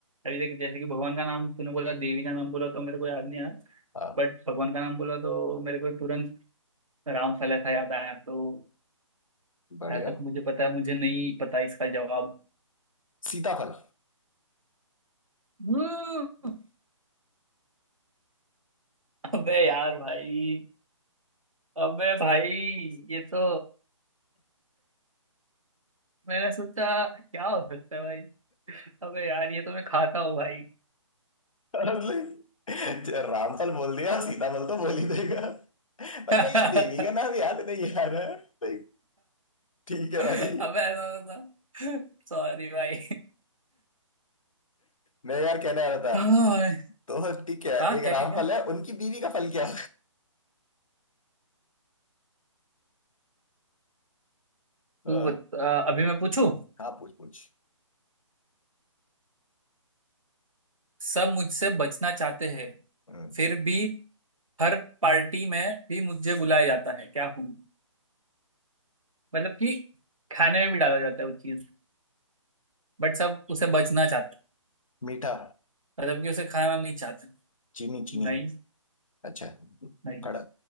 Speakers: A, on the right; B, on the left.
A: अभी तक जैसे कि भगवान का नाम तूने बोला देवी का नाम बोला तो मेरे को याद नहीं आया
B: हाँ,
A: बट भगवान का नाम बोला तो मेरे को तुरंत राम फल ऐसा याद आया तो
B: बढ़िया
A: जहाँ तक मुझे पता है मुझे नहीं पता इसका जवाब
B: सीताफल
A: हम्म अबे यार भाई अबे भाई ये तो मैंने सोचा क्या हो सकता है भाई अबे यार ये तो मैं खाता हूँ भाई
B: Honestly, जो रामफल बोल दिया सीताफल तो बोल ही देगा पर
A: अबे
B: नहीं देवी का नाम याद नहीं आ रहा है नहीं, ठीक है
A: ऐसा
B: भाई
A: होता सॉरी भाई
B: मैं यार कहने आ रहा था
A: हाँ
B: तो ठीक है
A: हाँ,
B: एक
A: क्या
B: रामफल
A: क्या क्या
B: है उनकी बीवी का फल क्या होगा?
A: तू बता अभी मैं पूछूं
B: हाँ पूछ पूछ
A: सब मुझसे बचना चाहते हैं
B: हम्म,
A: फिर भी हर पार्टी में भी मुझे बुलाया जाता है क्या हूँ मतलब कि खाने में भी डाला जाता है वो चीज बट सब उसे बचना चाहते हैं
B: मीठा
A: मतलब कि उसे खाना नहीं चाहते
B: चीनी चीनी
A: नहीं
B: अच्छा
A: नहीं
B: खड़ा